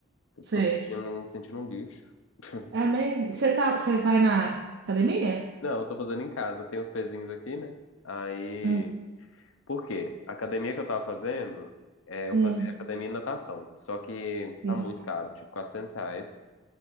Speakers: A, on the left; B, on the right.
A: Eu
B: Sei.
A: tô sentindo, me sentindo um lixo. <laughs>
B: É mesmo? Você tá, você vai na academia?
A: Não, eu tô fazendo em casa. Tem uns pezinhos aqui, né? Aí.
B: Hum,
A: Por quê? A academia que eu tava fazendo, é, eu
B: hum,
A: fazia academia e natação. Só que
B: hum.
A: tá muito caro, tipo 400 reais.